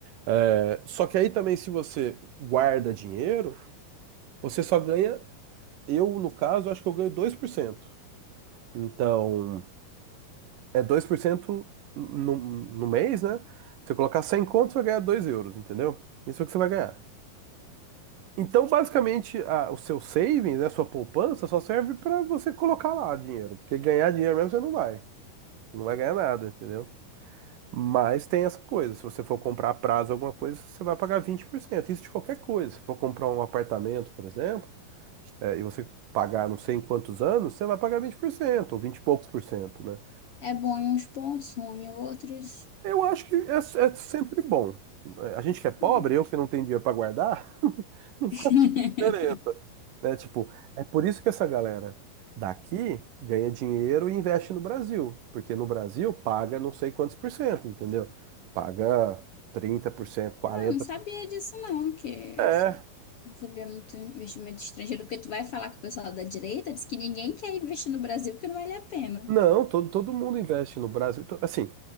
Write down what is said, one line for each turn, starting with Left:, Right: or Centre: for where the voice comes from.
Right: É, só que aí também, se você guarda dinheiro, você só ganha, eu, no caso, acho que eu ganho dois por cento Então, é 2% no, no mês, né? Se você colocar 100 contos, você vai ganhar 2 euros, entendeu? Isso é o que você vai ganhar. Então, basicamente, a- o seu savings, né, a sua poupança, só serve para você colocar lá dinheiro. Porque ganhar dinheiro mesmo você não vai. Não vai ganhar nada, entendeu? Mas tem essa coisa. Se você for comprar a prazo alguma coisa, você vai pagar vinte por cento Isso de qualquer coisa. Se for comprar um apartamento, por exemplo, é, e você pagar não sei em quantos anos, você vai pagar 20% ou 20 e poucos por cento, né?
Left: É, é bom em uns pontos, ruim em outros.
Right: Eu acho que é, é sempre bom. É, A gente que é pobre,
Left: Hum.
Right: eu que não tenho dinheiro para guardar, <laughs> não
Left: <laughs>
Right: faz diferença. Né? Tipo, é por isso que essa galera daqui ganha dinheiro e investe no Brasil. Porque no Brasil paga não sei quantos por cento, entendeu? Paga trinta por cento, quarenta
Left: Eu não sabia
Right: por cento.
Left: disso não, que
Right: É.
Left: não sabia muito investimento estrangeiro, porque tu vai falar com o pessoal da direita, diz que ninguém quer investir no Brasil porque não vale a pena.
Right: Não, todo, todo mundo investe no Brasil. To- Assim,